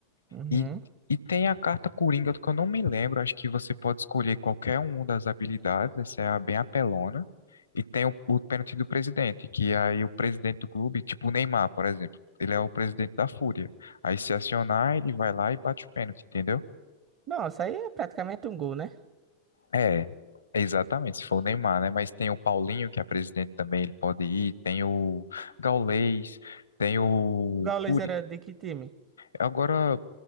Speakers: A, on the right (about 35°); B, on the left (about 75°).
A: Uhum.
B: E, e tem a carta Coringa, que eu não me lembro. Acho que você pode escolher qualquer uma das habilidades. Essa é a bem apelona. E tem o, o pênalti do presidente, que é aí o presidente do clube, tipo o Neymar, por exemplo, ele é o presidente da Fúria. Aí se acionar, ele vai lá e bate o pênalti, entendeu?
A: Nossa, aí é praticamente um gol, né?
B: É, exatamente, se for o Neymar, né? Mas tem o Paulinho, que é presidente também, ele pode ir. Tem o Gaulês, tem o
A: O Gaules
B: Curi.
A: era de que time?
B: Agora,